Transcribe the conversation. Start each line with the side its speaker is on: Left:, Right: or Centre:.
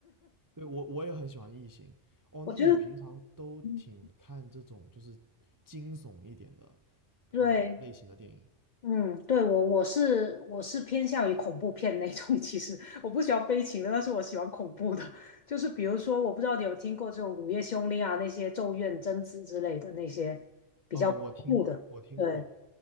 Right: 对，我我也很喜欢《异形》。
Left: <laughs>
Right: 哦，
Left: 我觉得，
Right: 那你平常都挺看这种就是惊悚一点的
Left: 嗯对，
Right: 啊、呃类型的电影？
Left: 嗯，对，我我是我是偏向于恐怖片那种，其实我不喜欢悲情的，但是我喜欢恐怖的，就是比如说，我不知道你有听过这种《午夜凶铃》啊，那些《咒怨》《贞子》之类的那些比较恐怖的，
Right: 哦，我听我听过，
Left: 对。